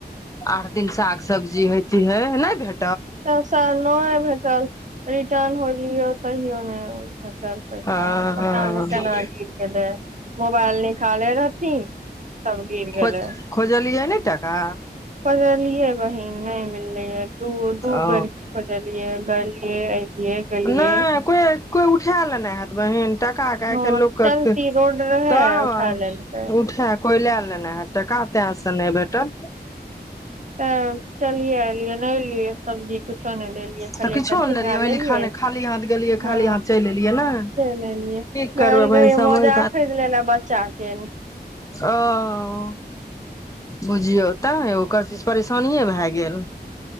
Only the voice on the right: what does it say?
तब साह न भेटल रिटर्न होइ ल तहियो तहियो नहि भेटल पैसा
पता नहि केना गिर गेलै मोबाइल निकालै रहथिन तब गिर गेलै
खोजलियै बहिन नहि मिललै रहय दू दू
बेर के खोजलियै गेलियै एलियै गेलियै
हँ
चलती रोड रहै
उठा लेलकै
ह चलियै एलियै नेहेलियै सब्जी कुछो नहि लेलियै खालि
एकटा
झींगा
लेलियै
हँ
चलि एलियै
गैल
रहियै
मोजा खरीद लै ले बच्चा के